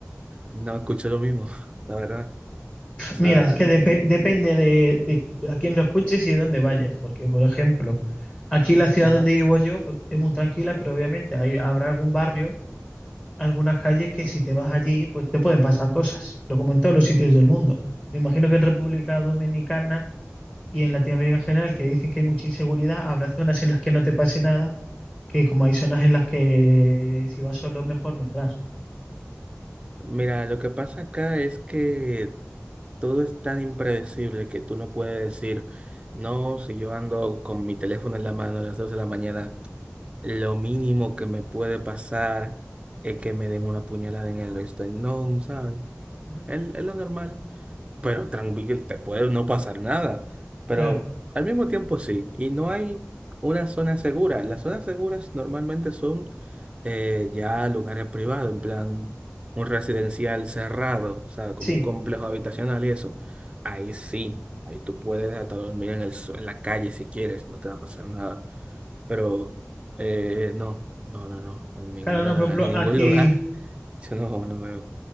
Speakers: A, on the right (about 20°); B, on the left (about 20°).
A: no escucho lo mismo, <laughs> la verdad. O sea,
B: Mira, es que depe- depende de, de a quién lo escuches y dónde vayas, porque por ejemplo, aquí la ciudad
A: ajá.
B: donde vivo yo, pues es muy tranquila, pero obviamente hay, habrá algún barrio, algunas calles que si te vas allí, pues te pueden pasar cosas, pero como en todos los sitios del mundo. Me imagino que en República Dominicana y en Latinoamérica en general, que dicen que hay mucha inseguridad, habrá zonas en las que no te pase nada, que como hay zonas en las que si vas solo, mejor no entrar.
A: Mira, lo que pasa acá es que todo es tan impredecible que tú no puedes decir, no, si yo ando con mi teléfono en la mano a las 2 de la mañana. Lo mínimo que me puede pasar es que me den una puñalada en el esternón, ¿sabes?
B: Ujú,
A: Es, es lo normal pero tranquilo, te puede no pasar nada, pero
B: Claro,
A: al mismo tiempo sí, y no hay una zona segura. Las zonas seguras normalmente son eh, ya lugares privados, en plan un residencial cerrado, o sea, como
B: sí.
A: un complejo habitacional y eso. Ahí sí, ahí tú puedes hasta dormir en el, su- en la calle si quieres, no te va a pasar nada. Pero eh, no, no, no, no, en ninguna,
B: Claro, no, por ejemplo,
A: en ningún
B: aquí...
A: lugar, <laughs> yo no, no